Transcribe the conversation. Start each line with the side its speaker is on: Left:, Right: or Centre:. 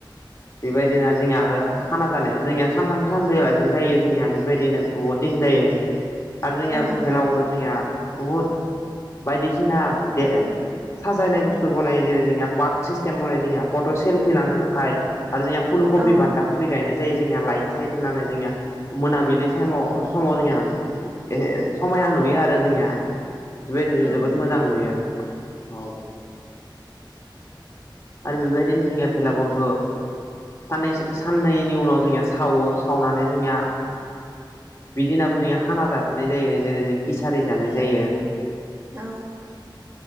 Left: बेबायदिनो जोंनिया आरो खाना जानायाबो जोंनिया सानथाम सानब्रैलासे जायो जोंनिया बेबायदिनो बुहुद दिन जायो आरो जोंनिया
Right: औ
Left: भेलागुराव जोंनिया बुहुद बायदिसिना बे साजायनाय बुस्थु बनाय जेरै जोंनि पार्क सिस्टेम बानायनाय जोंनिहा फट' सेल्फि लानो थाखाय आरो जोंनिया फुलकबि
Right: औ
Left: बान्दा कबि गायनाय जायो जोंनिया लाइट साइद होननानै जोंनियि मोनाबिलि टाइमाव समाव जोंनिया समायना नुयो आरो जोंनिया बेबायदिनो
Right: औ
Left: जोबोद मोजां नुयो औ आरो बेबायदिनो जोंनिया भेलाघरखो सानै साननैनि उनाव जोंनिया सावो सावनानै जोंनिया बिदिनाबो जोंनिया खाना जाफिननाय जायो जेरै जों किसारि जानाय जायो
Right: औ